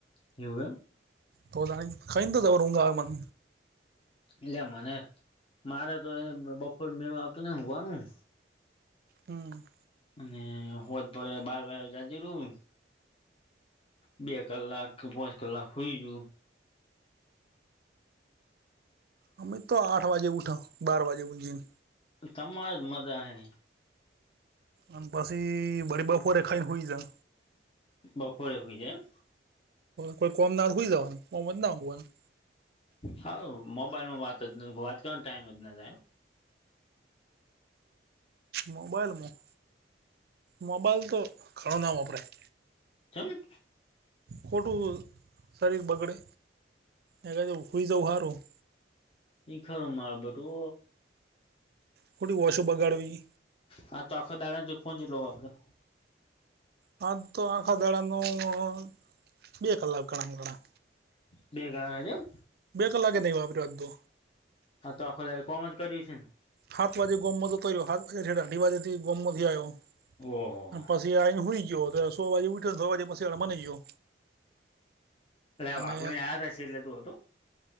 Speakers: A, on the left; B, on the right.
A: એવું એમ
B: તો તાણી ખઈ તો જબર ઊંઘ આવ મન
A: એટલે મને મારે તો એ બપોર મેળું આવતું ને હોવાનું
B: હમ
A: અને હોજ પડે બાર વાર જજું બે કલાક કે પાંચ કલાક હોઈ જાઉ
B: અમે તો આઠ વાજે ઉઠો બાર વાજે ઉંઘીને
A: તમારે જ મજા હે
B: અને પછી બરી બપોરે ખઈ હુઈ જાવ
A: બાપોરે હુઈ જાવ એમ
B: કોઈ કોમ ના હોયતો હુઈ જવાનું કોમ હોયતો નહીં ઊંઘવાનું
A: હા મોબાઈલમાં વાત જ વાત કરવાનો ટાઈમ જ ના જાય.
B: મોબાઈલમાં મોબાઈલ તો ઘણો ના વાપરાય
A: ચમ
B: ખોટું શરીર બગડે એના કરતા હુઈ જવુ હારું
A: એ ખરું માર બેટુ
B: ખોટી ઓનખો બગાડવી.
A: હા તો આખો દાડામાં તું ફોન ચેટલો વાપર્યો.
B: હા તો આખા દાડાનું બે કલાક ઘણામાં ઘણા.
A: બે કલાક જ એમ.
B: બે કલાકેે નહી વાપર્યો આજ તો
A: હા તો આખો દાડો કોમ જ કર્યું છે ને.
B: હાતો આજે ગોમ તો ર્યો હા <unintelligible> છે અઢી વાજે થી ગોમમાંથી આવ્યો
A: ઓહો
B: ને પા પછી આવીને હુઈ ગયો સો વાગે ઉઠ્યો છ વાગે પછી મને ગયો.
A: એટલે આ
B: અને
A: વાઘોડીયા? આયા તા છેલ્લે તું હતો